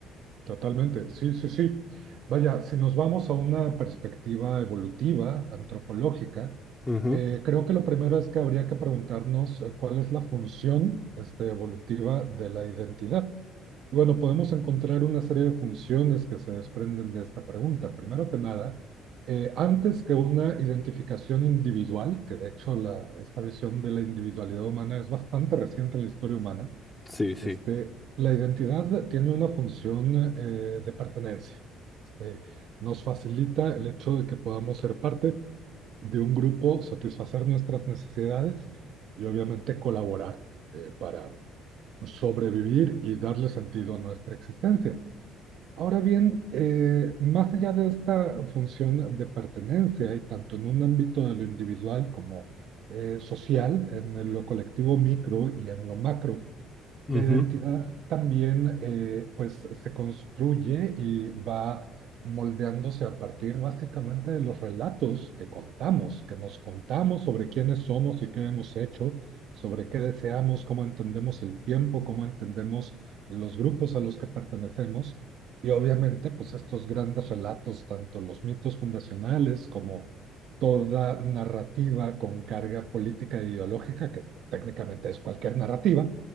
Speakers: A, on the right; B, on the left.
A: Totalmente, sí, sí, sí. Vaya, si nos vamos a una perspectiva evolutiva, antropológica,
B: Ujú.
A: eh, creo que lo primero es que habría que preguntarnos eh, cuál es la función este, evolutiva de la identidad. Y Bueno, podemos encontrar una serie de funciones que se desprenden de esta pregunta. Primero que nada, eh, antes que una identificación individual, que de hecho la, esta visión de la individualidad humana es bastante reciente en la historia humana,
B: Sí, sí.
A: este, la identidad tiene una función eh, de pertenencia. Este, nos facilita el hecho de que podamos ser parte de un grupo, satisfacer nuestras necesidades y obviamente colaborar eh, para sobrevivir y darle sentido a nuestra existencia. Ahora bien, eh, más allá de esta función de pertenencia y tanto en un ámbito de lo individual como eh, social, en lo colectivo micro y en lo macro,
B: Ujú.
A: la identidad también eh, pues se construye y va moldeándose a partir básicamente de los relatos que contamos, que nos contamos sobre quiénes somos y qué hemos hecho, sobre qué deseamos, cómo entendemos el tiempo, cómo entendemos los grupos a los que pertenecemos. Y obviamente pues estos grandes relatos, tanto los mitos fundacionales como toda narrativa con carga política e ideológica, que técnicamente es cualquier narrativa,